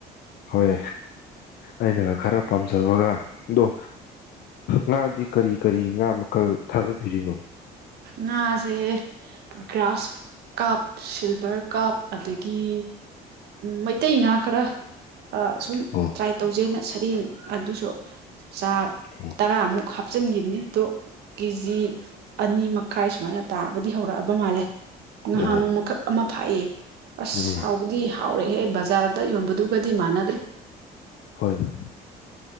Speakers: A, on the left (about 70°); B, on the right (about 70°).
A: ꯍꯣꯏ ꯑꯩꯅ ꯈꯔ ꯄꯥꯝꯖꯕꯒ ꯑꯗꯣ ꯉꯥꯗꯤ ꯀꯔꯤ ꯀꯔꯤ ꯉꯥ ꯃꯈꯜ ꯊꯥꯗꯕꯤꯔꯤꯅꯣ
B: ꯉꯥꯁꯦ ꯒ꯭ꯔꯥꯁ ꯀꯞ ꯁꯤꯜꯚꯔ ꯀꯞ ꯑꯗꯒꯤ ꯃꯩꯇꯩ ꯉꯥ ꯈꯔ ꯁꯨꯝ
A: ꯑꯣ
B: ꯇ꯭ꯔꯥꯏ ꯇꯧꯖꯩꯩꯅ ꯁꯔꯦꯡ ꯑꯗꯨꯁꯨ ꯆꯠ
A: ꯑꯣ
B: ꯇꯔꯥꯃꯨꯛ ꯍꯥꯞ ꯍꯥꯞꯆꯤꯟꯈꯤꯕꯅꯤ ꯑꯣ ꯀꯦꯖꯤ ꯑꯅꯤ ꯃꯈꯥꯏ ꯁꯨꯃꯥꯏꯅ ꯇꯥꯕꯗꯤ ꯍꯧꯔꯛꯑꯕ ꯃꯥꯜꯂꯦ ꯉꯍꯥꯅꯨꯛ
A: ꯑꯣ
B: ꯐꯥꯏꯌꯦ ꯑꯁ
A: ꯎꯝ
B: ꯍꯥꯎꯕꯗꯤ ꯍꯥꯎꯔꯛꯦꯍꯦ ꯕꯖꯥꯔꯗ ꯌꯣꯟꯕꯗꯨꯒꯗꯤ ꯃꯥꯟꯅꯗ꯭ꯔꯦ
A: ꯍꯣꯏꯅꯦ